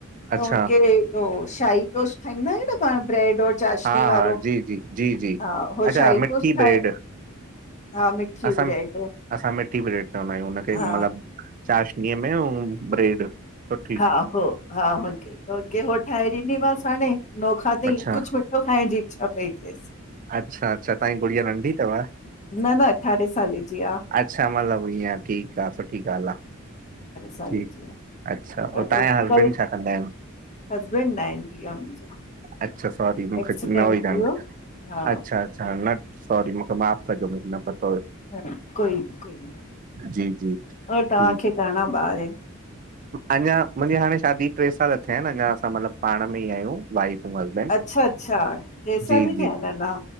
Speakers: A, on the left; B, on the right.
A: त
B: अच्छा
A: हुनखे शाही टोश ठाहींदा आहिूं न पाण ब्रेड चाशनी
B: हा
A: वारो
B: हा, जी जी, जी जी,
A: हा हो
B: अच्छा
A: शाही
B: मिठी
A: टोस्ट ठाहे
B: ब्रेड।
A: हा मिठी
B: असां
A: ब्रेड
B: न, असां मिठी ब्रेड चवंदा आहियूं हुनखे।
A: हा
B: मतलबु चाशनीअ में ब्रेड सुठी
A: हा हो हा होखेे हो ठा आहे मसाण नो खधई
B: अच्छा
A: कुझु मिठो खाइण जी इच्छा पई थिए।
B: अच्छा अच्छा तव्हांजी गुड़िया नंढी अथव।
A: न न अठारें साले जी आहे।
B: अच्छा मतिलबु ईअं ठीकु आहे सुठी ॻाल्हि आहे
A: साल
B: ठीकु
A: जी आ,
B: अच्छा ऐं
A: त
B: तव्हांजा हस्बैंड
A: कल
B: छा कंदा आहिनि
A: हसबैंड <unintelligible> मुंहिंजा।
B: अछा सॉरी मूंखे
A: एक्सीडेंट
B: न
A: थी वियो हा
B: अछा अछा सॉ आप जो भी नंबर था।
A: हा कोई न कोई न
B: जी जी
A: अ, तव्हांखे
B: ठीकु
A: घणा ॿार आहिन?
B: अञा मुंहिंजी हाणे शादी टे साल थिया आहिनि अञा असां मतिलबु पाण में ई आहियूं वाइफ ऐं हसबैंड
A: अच्छा अच्छा टे साल
B: जी
A: ई
B: जी
A: थिया आहिनि नञा?